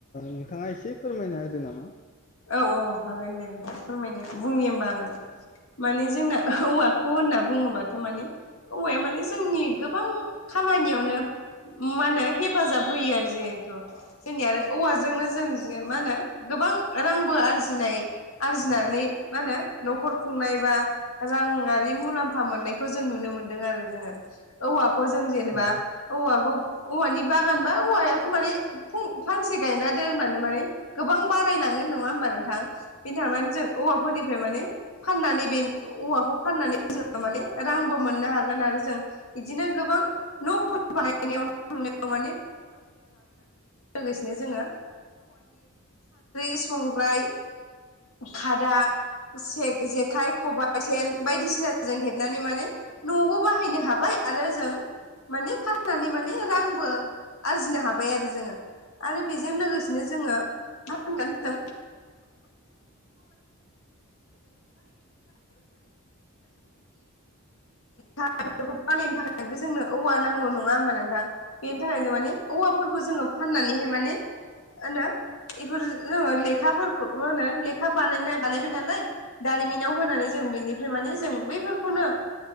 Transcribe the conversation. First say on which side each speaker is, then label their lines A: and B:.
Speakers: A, on the left; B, on the left.
A: नोंथाङा एसे फोरमायना होदो नामा
B: औ औ हागोन दे नोंथां फोरमायनो बुंनि होमबा आङो माने जोंना औवाखौ होनना बुङोबाथ' माने औवाया माने जोंनि गोबां खामानियावनो मा होनो हेफाजाब होयो आरो जिहेथु जोंनि आरो औवाजोंनो जों मा होनो गोबां रांबो आरजिनाय आरजिनानै मा होनो न'खर खुंनाय बा रांङारि मुलाम्ा मोननाय जों नुनो मोन ज औ जों जेनेबा
A: औ
B: औखौ औ ब बानबा औवायाथ' म फांसे गायना दोननानै माने गोबां बारायलाङ नोंथां जों औाफोरनिफ्राय म फाननानै औाखौ फ माने रांबो मोननो हागोन आरो जों बिदिनो गोबां न'फोर बानायनायाव हनो ज संग्राय खादा जेखाइ खबाइ सेन बायदिसिना जों हेबनानै माने न'आवबो बाहायनो हाबाय आरो जों मान फाननानै मान रां आरजिनो हाबाय आरो जोङो आरो बेजों लोगोसेनो जोङो मा होनोन खा <unintelligible> <unintelligible> थाखायबो जोंनो औवा नांगौ नङा हबा नोंथां बेनि थाखाय जों माने औा जोङो फाननानै माने होनो बेफोर जोङो लेखाफोरखौ होनो लेखा बानाय बानायबाय नालाय दारिमिनाव होनानै जों बेनिफ्राय जों बैफोरखौनो